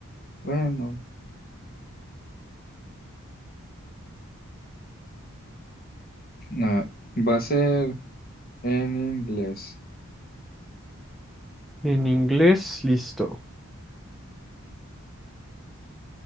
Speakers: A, on the left; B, in the centre.
A: bueno, a- va a ser en inglés.
B: En inglés, listo.